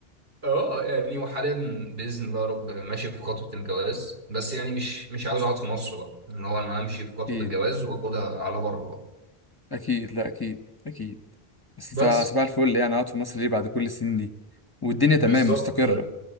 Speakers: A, on the right (about 65°); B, on the left (about 25°).
A: اه يعني وحاليا باذن الله يا رب ماشي في خطوه الجواز بس يعني مش مش عاوز اقعد في مصر بقى ان هو انا امشي في خطوه
B: اكيد
A: الجواز واخدها على بره بقى
B: اكيد لا اكيد اكيد بس
A: بس
B: صباح صباح الفل يعني اقعد في مصر ليه بعد كل السنين دي والدنيا
A: بالظبط
B: تمام مستقرة